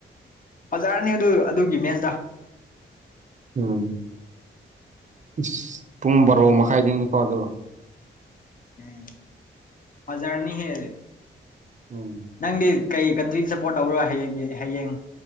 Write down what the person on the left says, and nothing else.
ꯐꯖꯔꯅꯤ ꯑꯗꯨ ꯑꯗꯨꯒꯤ ꯃꯦꯁꯇ
ꯎꯝ ꯍꯖꯔꯅꯤ ꯍꯦꯔ
ꯅꯪꯗꯤ ꯀꯩ ꯀꯟꯇ꯭ꯔꯤꯗ ꯁꯞꯄꯣꯔꯠ ꯇꯧꯕ꯭ꯔ ꯍꯌꯦꯡꯒꯤ ꯍꯌꯦꯡ